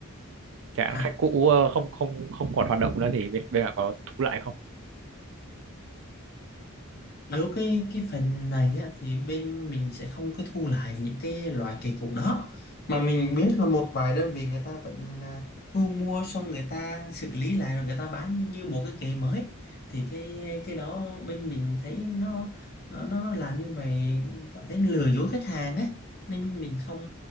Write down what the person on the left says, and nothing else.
À,
Yếu cái cái phần này á, thì bên mình sẽ không có thu lại những cái loại cây cũ đó mà mình biết là một vài đơn vị người ta vẫn à, thu mua xong người ta xử lý lại rồi người ta bán như một cái cây mới thì cái cái đó bên mình thấy nó nó nó làm như vậy cảm thấy lừa dối khách hàng á nên bên mình
không